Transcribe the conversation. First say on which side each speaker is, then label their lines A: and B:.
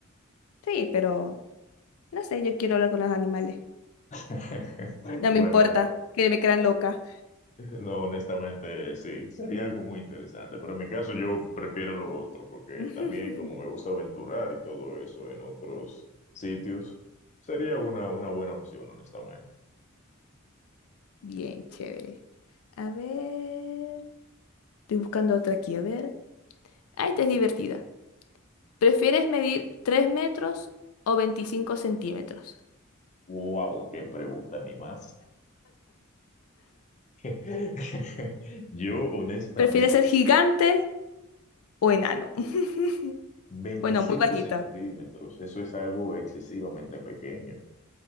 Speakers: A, on the left; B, on the left.
A: Sí, pero no sé, yo quiero hablar con los animales.
B: <laughs>
A: No
B: Bueno,
A: me importa que me crean loca.
B: no, honestamente sí, sería algo muy interesante, pero en mi caso yo prefiero lo otro porque
A: <laughs>
B: también como me gusta aventurar y todo eso en otros sitios, sería una, una buena opción, honestamente.
A: Bien, chévere. A ver. Estoy buscando otra aquí, a ver. Ah, esta es divertida. ¿Prefieres medir 3 metros o veinticinco centímetros?
B: Wow, qué pregunta, ni más. <laughs> Yo honestamente,
A: ¿Prefieres ser gigante o enano? <laughs>
B: 25
A: Bueno, muy bajito.
B: centímetros, eso es algo excesivamente pequeño.